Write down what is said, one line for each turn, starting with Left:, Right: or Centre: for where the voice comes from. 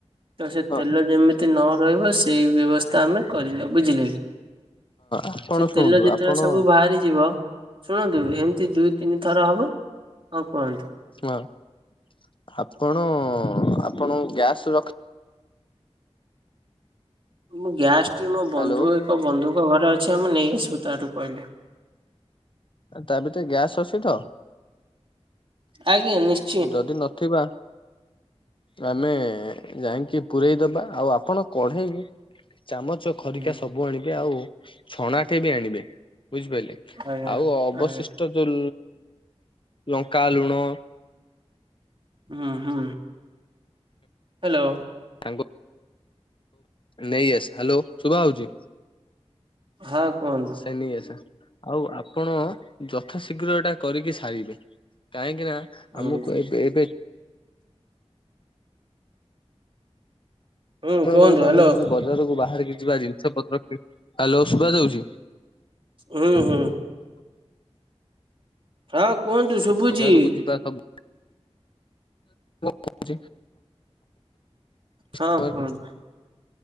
Right: ତ ସେ
Left: ହଁ
Right: ତେଲ ଯେମିତି ନ ରହିବ ସେଇ ବ୍ୟବସ୍ଥା ଆମେ କରିବା ବୁଝିଲେ।
Left: ଆପଣ
Right: ସେ
Left: ଶୁଣନ୍ତୁ
Right: ତେଲ ଯେତେବେଳେ
Left: ଆପଣ
Right: ସବୁ
Left: ହଁ
Right: ବାହାରି ଯିବ। ଶୁଣନ୍ତୁ ଏମିତି ଦୁଇ ତିନି ଥର ହବ ହଁ କୁହନ୍ତୁ।
Left: ହଁ ଆପଣ ଆପଣ ଗ୍ୟାସ୍ ରଖି
Right: ମୁଁ ଗ୍ୟାସ୍ ଟି ମୋ ବନ୍ଧୁ
Left: ହ୍ୟାଲୋ
Right: ଏକ ବନ୍ଧୁଙ୍କ ଘରେ ଅଛି ଆମେ ନେଇ ଆସିବୁ ତାଠୁ କହିଲେ।
Left: ତା ଭିତରେ ଗ୍ୟାସ୍ ଅଛି ତ?
Right: ଆଜ୍ଞା ନିଶ୍ଚ
Left: ଯଦି ନଥିବା ଆମେ ଯାଇକି ପୁରେଇଦବା ଆଉ ଆପଣ କଢେଇ ଚାମଚ ଖରିକା
Right: ହୁଁ
Left: ସବୁ ଆଣିବେ ଆଉ ଛଣାଟେ ବି ଆଣିବେ ବୁଝିପାରିଲେ।
Right: ଆଜ୍ଞା
Left: ଆଉ ଅବଶିଷ୍ଟ
Right: ଆଜ୍ଞା
Left: ଯୋଉ ଲଙ୍କା ଲୁଣ।
Right: ହୁଁ ହୁଁ ହାଲୋ।
Left: <unintelligible> ନେଇ ଆସ୍ ହ୍ୟାଲୋ ଶୁଭା ହଉଛି
Right: ହଁ କୁହ
Left: ସେ ନେଇ ଆସ ଆଉ ଆପଣ ଯଥା ଶୀଘ୍ର ଏଇଟା କରିକି ସାରିବେ କାହିଁକି ନା
Right: ହୁଁ
Left: ଆମକୁ ଏବେ ଏବେ
Right: ହୁଁ
Left: ସମୟ
Right: କୁହନ୍ତୁ
Left: ବେଳକୁ ଆମେ
Right: ହ୍ୟାଲୋ
Left: ଯଦି ବଜାରକୁ ବାହାରିକି ଯିବା ଜିନିଷ ପତ୍ର ହ୍ୟାଲୋ ସୁଭା ଯାଉଛି
Right: ହୁଁ ହୁଁ। ହଁ କୁହନ୍ତୁ ଶୁଭୁଛି
Left: ବଜାରକୁ ଯିବା ସବୁ କହୁଛି। <unintelligible>
Right: ହଁ କୁହନ୍ତୁ